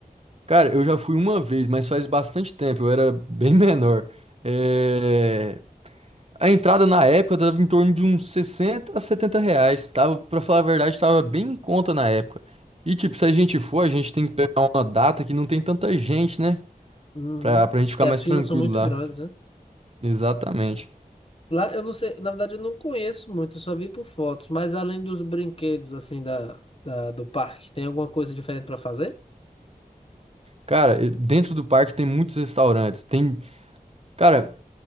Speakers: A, on the right; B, on the left.
A: Cara, eu já fui uma vez, mas faz bastante tempo. Eu era bem <laughs> menor. É... A entrada na época dava em torno de uns 60 a 70 reais. Tava, pra falar a verdade, tava bem em conta na época. E tipo, se a gente for, a gente tem que pegar uma data que não tem tanta gente, né?
B: Uhum.
A: Pra, pra gente ficar
B: Porque
A: mais
B: as filas
A: tranquilo
B: são muito
A: lá.
B: grandes, né?
A: Exatamente.
B: Lá, eu não sei, na verdade eu não conheço muito, eu só vi por fotos, mas além dos brinquedos, assim, da, da- do parque, tem alguma coisa diferente para fazer?
A: Cara, e dentro do parque tem muitos restaurantes. Tem, cara,